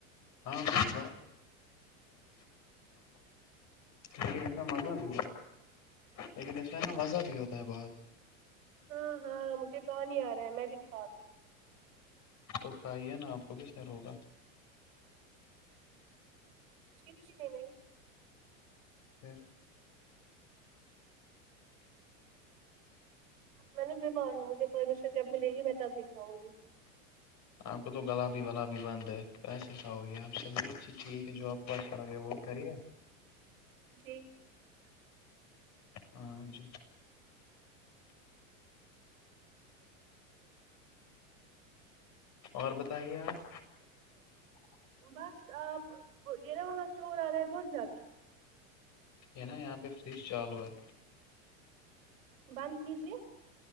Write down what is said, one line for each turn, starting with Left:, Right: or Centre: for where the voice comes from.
Left: ہاں بار لیکن اس میں مزہ بھی لیکن اس میں مزہ بھی ہوتا ہے بہت
Right: ہاں ہاں مجھے پانی آ رہا ہے میں بھی کھاتی
Left: تو کھائیے نا آپ کو کس نے روگا
Right: کتک نہیں نہیں
Left: پھر
Right: میں نے بیمار ہوں مجھے پرمیشن جب ملے گی میں تبھی کھاؤں گی
Left: آپ کو تو گلا بھی ولا بھی بند ہے پسے کھا ہو گیا آپ چلیے ٹھیک ہے جو آپ کو اچھا لگے وہ کریے
Right: جی
Left: ہاں جی اور بتائیے آپ
Right: بس آپ یہ نا وہاں شور آ رہا ہے بہت زیادہ
Left: یہ نا یہاں پہ فریج چالو ہے
Right: بند کیجیے